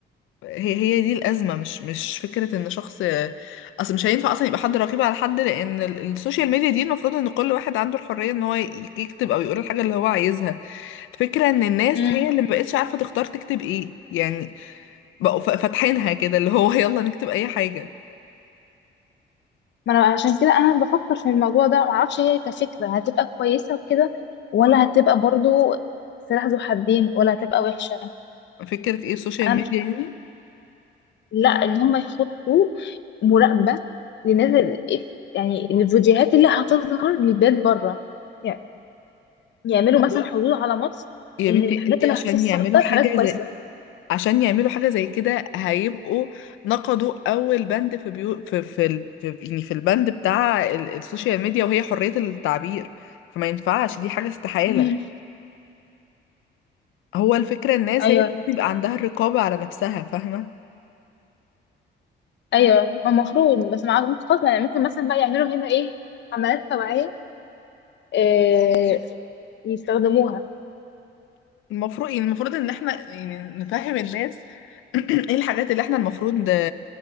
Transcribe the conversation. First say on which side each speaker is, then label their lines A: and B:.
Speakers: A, on the left; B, on the left.
A: هي هي دي الأزمة مش مش فكرة ان شخص اصل مش هينفع اصلا يبقى حد رقيب على حد لان ال- السوشيال ميديا دي المفروض ان كل واحد عنده الحرية ان هو ي- يكتب او يقول الحاجة اللي هو عايزها الفكرة ان الناس
B: امم
A: هي اللي مبقتش عارفة تختار تكتب ايه يعني بقوا ف- فاتحينها كده اللي هو <laughs> يلا نكتب اي حاجة
B: ما انا عشان كده انا بفكر في الموضوع ده معرفش هي كفكرة هتبقى كويسة وكده ولا هتبقى برضو سلاح ذو حدين ولا هتبقى وحشة
A: فكرة ايه السوشيال
B: انا
A: ميديا
B: مش
A: يعني
B: لا ان هم يحطوا مراقبة للناس ال- يعني الفيديوهات اللي هتظهر للبيت بره يعني يعملوا
A: هو
B: مثلا حدود على مصر
A: يا
B: ان
A: بنتي
B: الحاجات
A: انت
B: اللي
A: عشان
B: هتتصدر
A: يعملوا حاجة
B: حاجات كويسة
A: زي
B: بس
A: عشان يعملوا حاجة زي كده هيبقوا نقضوا أول بند في بيو في في, ال... في يعني في البند بتاع ال... السوشيال ميديا وهي حرية التعبير فما ينفعش دي حاجة استحالة
B: امم
A: هو الفكرة الناس
B: ايوه
A: هي اللي بيبقى عندها الرقابة على نفسها فاهمة
B: ايوه المفروض بس مع خلاص يعني ممكن مثلا بقى يعملوا هنا ايه حملات توعيه إيه يستخدموها
A: المفروض يعني المفروض إن احنا يعني نفهم الناس <clears throat> ايه الحاجات اللي احنا المفروض